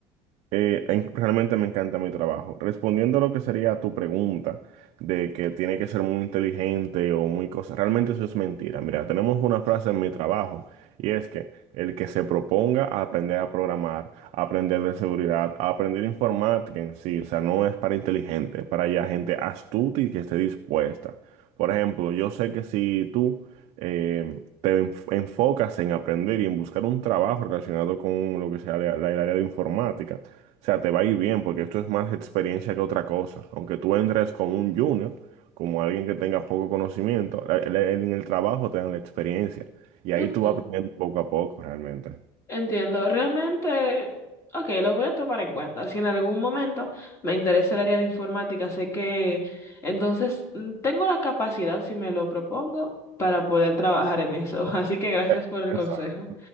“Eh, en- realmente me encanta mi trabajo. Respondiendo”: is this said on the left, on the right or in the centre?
Right